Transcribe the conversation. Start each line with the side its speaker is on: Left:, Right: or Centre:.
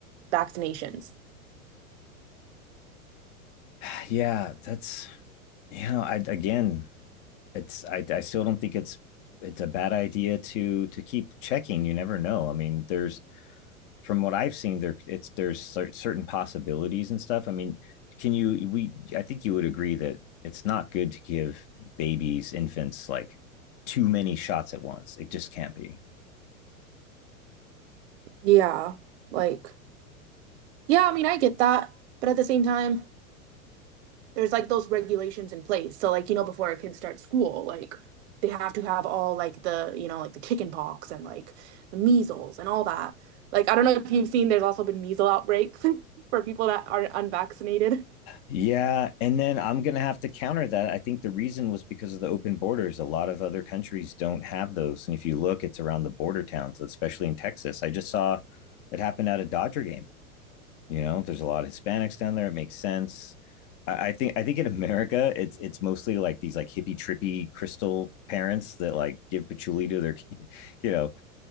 Right: vaccinations.
Left: <sighs> yeah, that's you know, I again, it's I I still don't think it's it's a bad idea to to keep checking. You never know. I mean, there's from what I've seen, there it's there's certain possibilities and stuff. I mean, can you we I think you would agree that it's not good to give babies infants like too many shots at once. It just can't be.
Right: Yeah, like, yeah, I mean, I get that, but at the same time, there's like those regulations in place. So like, you know, before our kids start school, like they have to have all like the, you know, like the chicken pox and like the measles and all that. Like, I don't know if you've seen, there's also been measles outbreaks <laughs> for people that are unvaccinated.
Left: Yeah, and then I'm going to have to counter that. I think the reason was because of the open borders. A lot of other countries don't have those, and if you look, it's around the border towns, especially in Texas. I just saw it happen at a Dodger game. You know, there's a lot of Hispanics down there. It makes sense. I, I think I think in America, it's it's mostly like these like hippie trippy crystal parents that like give patchouli to their, kid, you know,